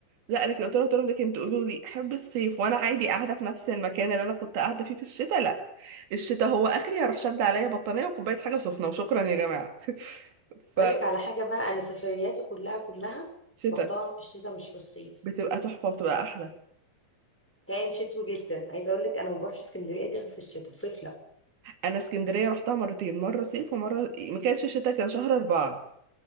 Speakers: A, on the right; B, in the centre.
A: لا لكن قلت لهم قلت لهم ده كنت تقولوا لي احب الصيف وانا عادي قاعده في نفس المكان اللي انا كنت قاعده فيه في الشتاء لا الشتاء هو اخري هروح شد عليا بطانيه وكوبايه حاجه سخنه وشكرا يا جماعه <laughs> ف
B: اقول لك على حاجه بقى انا سفرياتي كلها كلها
A: شتاء
B: بختارها في الشتاء مش في الصيف
A: بتبقى تحفة وبتبقى أحلى
B: كان شتوي جدا عايزه اقول لك انا ما بروحش اسكندريه دي غير في الشتاء صيف لا
A: أنا اسكندرية رحتها مرتين مرة صيف ومرة ما كانش شتاء كان شهر أربعة